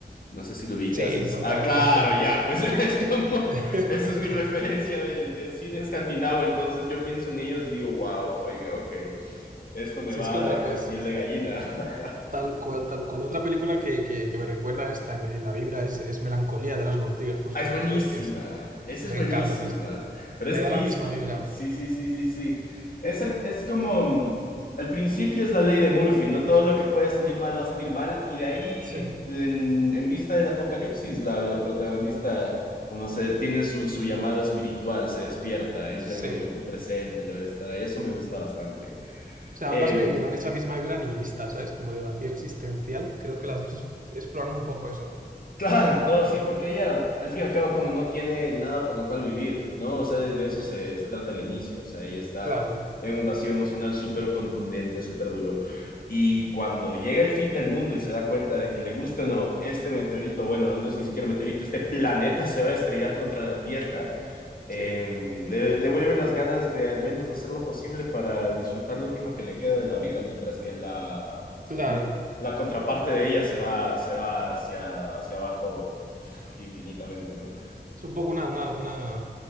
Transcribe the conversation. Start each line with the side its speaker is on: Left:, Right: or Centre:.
Left: No sé si lo ubicas.
Right: Sí,
Left: es-
Right: totalmente.
Left: Ah, claro, ya, pues <laughs> es como,
Right: <laughs>
Left: esa es mi referencia del, del cine escandinavo, entonces yo pienso en ellos y digo, wow, oye, ok, esto me
Right: Si
Left: va
Right: es que otra...
Left: a dejar
Right: pe-
Left: la
Right: es-
Left: piel
Right: es
Left: de gallina. <laughs>
Right: Tal cual, tal cual. Otra película que, que, que me recuerda a esta en, en la vibra es, es Melancolía de las Bontigas, justo,
Left: Ah, es buenísima,
Right: ¿sabes? Que es...
Left: esa
Right: es- Me
Left: es buenísima,
Right: encanta, pues
Left: pero
Right: me
Left: es
Right: da
Left: triste.
Right: la misma vibra.
Left: Sí, sí, sí, sí, sí. Esa es como, mm, al principio es la ley de Murphy, no todo lo que puede salir mal va a salir mal, y de ahí,
Right: Sí,
Left: en, en vista del apocalipsis, la, la protagonista, como se tiene su, su llamado espiritual, se despierta, entra
Right: sí.
Left: en el momento presente, logra estar ahí, eso me gusta bastante.
Right: O sea,
Left: Em,
Right: ambas me, me dan esa misma vibra nihilista, ¿sabes? Como de vacío existencial. Creo que las dos es- exploran un poco eso.
Left: Claro, no, sí, porque ella, al fin y al cabo, como no tiene nada por lo cual vivir, ¿no? O sea, de de eso se, se trata al inicio, o sea, ella está
Right: Claro,
Left: en un vacío emocional súper contundente, súper duro, y cuando llega el fin del mundo y se da cuenta de que le gusta o no, este meteorito, bueno, no es ni siquiera un meteorito, este planeta se va a estrellar contra la Tierra, em,
Right: sí.
Left: le, le vuelven las ganas de al menos hacer lo posible para disfrutar lo último que le queda de la vida, mientras que la,
Right: Claro.
Left: como, la contraparte de ella se va, se va hacia, hacia abajo infinitamente, ¿no?
Right: Es un poco una, una, una,